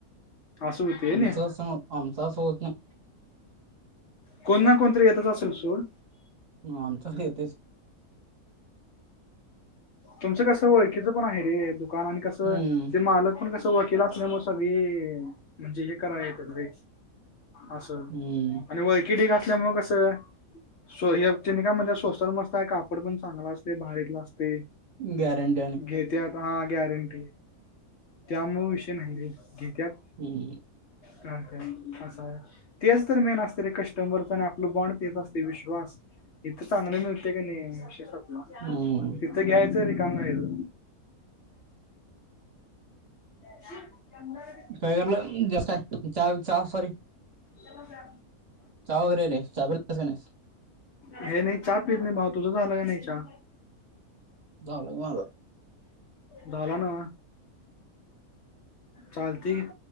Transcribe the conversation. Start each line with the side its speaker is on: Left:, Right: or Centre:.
Left: असं होते
Right: आमचं
Left: नाही
Right: असं ना आमचां असं होत नाही.
Left: कोण ना कोणतरी येतच असेल सोड.
Right: म आमचं कड येतच की.
Left: तुमचं कसं ओळखीचं पण आहे रे दुकान आणि कसं
Right: हम्म
Left: ते मालक पण कस वकेिला आपल्यामुळे सागळी म्हणजे हे करा येत्यात रे. असं
Right: हम्म
Left: आणि वळखि ढीग असल्या मुळ कसं स्व हने का म्हणजे स्वस्तात मस्त आहे कापड पण चांगला असते भारीतला असते.
Right: गॅरंट
Left: घेत्यात का गॅरंटी त्यामुळ विषय नाही रे घेतत.
Right: हम्.
Left: का कं असं आहे. तेच तर मेन असते रे कस्टमरच आणि आपलं बॉन्ड तेच असते विश्वास. इथं चांगले मिळते का नाही विशेषय संपला
Right: हम्म
Left: तिथं घ्यायचं रिकाम व्हायच. <inaudible>
Right: कायलं जास्त हाय चल चा सॉरी
Left: चला जा.
Right: चावगेरे चाल नायस.
Left: हे नाही चहा पेत नाही भाव. तुझं झालं का नाही चहा?
Right: झालाय माझा
Left: झाला ना. चालतय